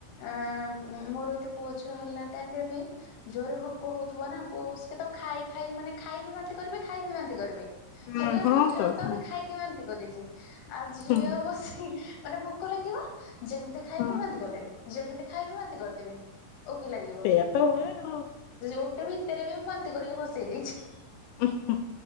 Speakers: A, on the left (about 65°); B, on the left (about 85°).
A: ଆଁ ମୋର ଏତେ ପୁଅ ଝିଅ ହେଲା ଟାଇମ ରେ ବି ଜୋରେ ଭୋକ ହଉଥିବ ନା ପୁଅ ବଷକେ ତ ଖାଇ ଖାଇ ମାନେ ଖାଇବି ବାନ୍ତି କରିବେ ଖାଇବି ବାନ୍ତି କରିବେ।
B: ହୁଁ
A: ହେଲା
B: ହଁ
A: ପର୍ଯ୍ୟନ୍ତ
B: ତ ସେ
A: ବି ଖାଇକି ବାନ୍ତି କରିଚି ଆଉ ଝିଅ
B: ହୁଁ
A: ବସି ମାନେ ଭୁ କ ଲାଗିବ ଯେମିତି ଖାଇବି
B: ହଁ
A: ବାନ୍ତିକରିଦେବି ଯେମିତି ଖାଇବି ବାନ୍ତିକରିଦେବି। ଓ କି ଲାଗିବ
B: ସେଇଆ ତ ହୁଏ ଆଉ।
A: ଓଟି ଭିତରେ ବି ମୁ ବାନ୍ତି କରିକି ଭସେଇ ଦେଇଛି।
B: <inaudible>